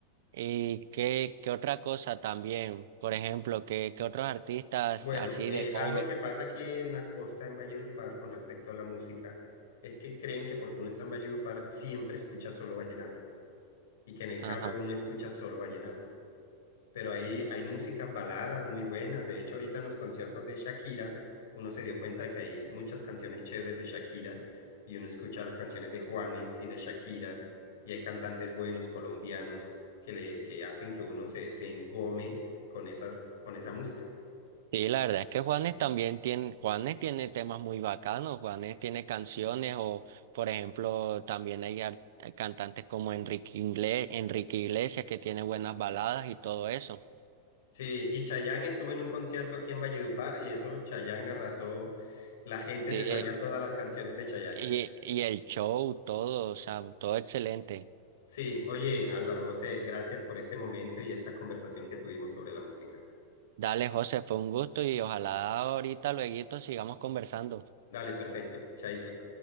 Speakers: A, on the right (about 65°); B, on the left (about 80°).
A: Y qué, qué otra cosa también, por ejemplo, que qué qué otros artistas
B: Bueno,
A: así
B: eh,
A: de
B: algo
A: joven.
B: que pasa aquí en la costa, en Valledupar, con respecto a la música, es que creen que porque uno está en Valledupar siempre escucha solo vallenato. y que en el carro
A: Ajá.
B: uno escucha solo vallenato. Pero ahí hay músicas baladas muy buenas. De hecho, ahorita en los conciertos de Shakira, uno se dio cuenta de que hay muchas canciones chéveres de Shakira y uno escucha las canciones de Juanes y de Shakira y hay cantantes buenos colombianos que, le, que hacen que uno se, se engome con, esas, con esa música.
A: Sí, la verdad es que Juanes también tiene, Juanes tiene temas muy bacanos, Juanes tiene canciones o, por ejemplo, también hay ar- cantantes como Enrique Ingle- Enrique Iglesias que tiene buenas baladas y todo eso.
B: Sí, y Chayanne estuvo en un concierto aquí en Valledupar y eso, Chayanne arrasó, la gente
A: Sí,
B: se sabía
A: eh,
B: todas las canciones de Chayanne.
A: y, y el show, todo, o sea, todo excelente.
B: Sí, oye, Álvaro José, gracias por este momento y esta conversación que tuvimos sobre la música.
A: Dale, José, fue un gusto y ojalá ahorita, luego sigamos conversando.
B: Dale, perfecto. Chaito.